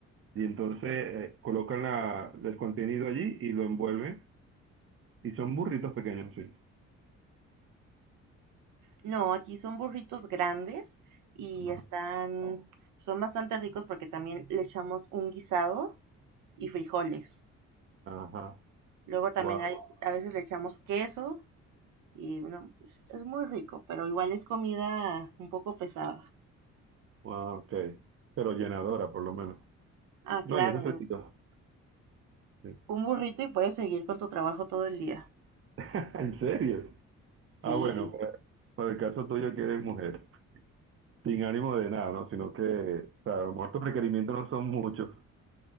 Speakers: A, on the right; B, on the right.
A: Y entonces eh, colocan la, el contenido allí y lo envuelven. Y son burritos pequeños, sí.
B: No, aquí son burritos grandes y
A: Ajá.
B: están, son bastante ricos porque también le echamos un guisado y frijoles.
A: Ajá.
B: Luego también
A: Wow.
B: hay, a veces le echamos queso y bueno, es, es muy rico, pero igual es comida un poco pesada.
A: Wow, ok. Pero llenadora, por lo menos.
B: Ah,
A: No,
B: claro,
A: y es nutritivo. Sí.
B: un burrito y puedes seguir con tu trabajo todo el día.
A: <laughs> ¿En serio?
B: Sí,
A: Ah, bueno, para, para el caso tuyo que eres mujer, sin ánimo de nada, ¿no? Sino que, o sea, a lo mejor tus requerimientos no son muchos,